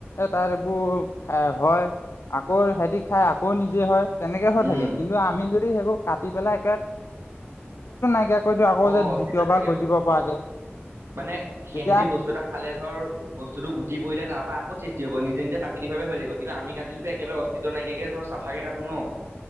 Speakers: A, on the left (about 80°); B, on the right (about 80°).
A: তাৰ এইবোৰ হয় আকৌ সিহতি খাই আকৌ নিজে হয়। তেনেকে হৈ
B: উম
A: থাকে কিন্তু আমি যদি সেইবোৰ কাতি পেলাই একে আকৌ
B: অ
A: যে
B: অস্তিত্ব
A: দ্বিতীয়বাৰ
B: নাইকিয়া
A: গজিব
B: কৰিছে
A: পৰাকে।
B: অ মানে
A: তেতিয়া
B: সেহঁতি বস্তু এটা খালে ধৰ বস্তুতটো গুটি পৰিলে তাৰ পৰা আকৌ সৃষ্টি হ'ব নি। যে প্ৰাকৃতিকভাৱ হৈ থাকিব কিন্তু আমি কাটিলো একেবাৰে অস্তিত নাইকীয়াকে ধৰ চাফাকে কাটো ন